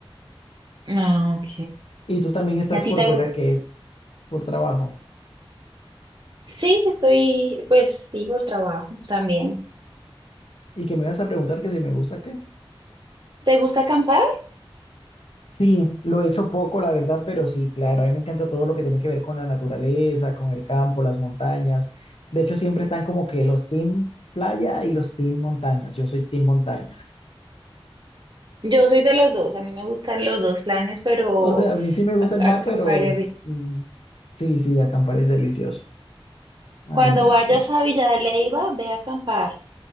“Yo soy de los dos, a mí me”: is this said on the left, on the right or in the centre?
Right